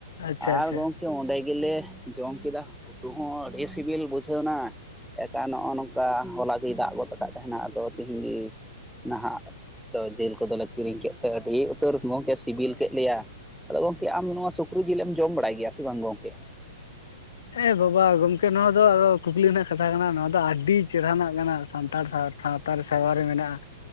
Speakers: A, on the left; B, in the centre.
A: ᱟᱪᱪᱷᱟ
B: ᱟᱨ
A: ᱟᱪᱪᱷᱟ
B: ᱜᱚᱝᱠᱮ ᱡᱮ ᱚᱸᱰᱮ ᱜᱮᱞᱮ ᱡᱚᱢ ᱠᱮᱫᱟ ᱩᱛᱩ ᱦᱚᱸ ᱟᱹᱰᱤ ᱥᱤᱵᱤᱞ ᱵᱩᱡᱷᱟᱹᱣ ᱱᱟ᱾ ᱮᱠᱟ ᱱᱚᱜᱼᱚ ᱱᱚᱝᱠᱟ ᱦᱚᱞᱟ ᱜᱮᱭ ᱫᱟᱜ ᱜᱚᱫ ᱟᱠᱟᱫ ᱛᱟᱦᱮᱱᱟ ᱟᱫᱚ ᱛᱮᱤᱦᱤᱧ ᱜᱮ ᱱᱟᱦᱟᱜ ᱫᱚ ᱡᱤᱞ ᱠᱚᱫᱚ ᱞᱮ ᱠᱤᱨᱤᱧ ᱠᱮᱫ ᱛᱮ ᱟᱹᱰᱤ ᱩᱛᱟᱹᱨ ᱜᱚᱢᱠᱮ ᱥᱤᱵᱤᱞ ᱠᱮᱫ ᱞᱮᱭᱟ ᱟᱫᱚ ᱜᱚᱢᱠᱮ ᱟᱢ ᱱᱚᱣᱟ ᱥᱩᱠᱨᱤ ᱡᱤᱞ ᱮᱢ ᱡᱚᱢ ᱵᱟᱲᱟᱭ ᱜᱮᱭᱟ ᱥᱮ ᱵᱟᱝ ᱜᱚᱝᱠᱮ
A: ᱮ ᱵᱟᱵᱟ ᱜᱚᱢᱠᱮ ᱱᱚᱣᱟ ᱫᱚ ᱠᱩᱠᱞᱤ ᱨᱮᱱᱟᱜ ᱠᱟᱛᱷᱟ ᱠᱟᱱᱟ ᱱᱚᱣᱟ ᱫᱚ ᱟᱹᱰᱤ ᱪᱮᱦᱟᱱᱟᱜ ᱠᱟᱱᱟ ᱥᱟᱱᱛᱟᱲ ᱥᱟᱶ, ᱥᱟᱶ ᱛᱟᱨ ᱥᱟᱣᱟᱨ <unintelligible> ᱨᱮ ᱢᱮᱱᱟᱜᱼᱟ᱾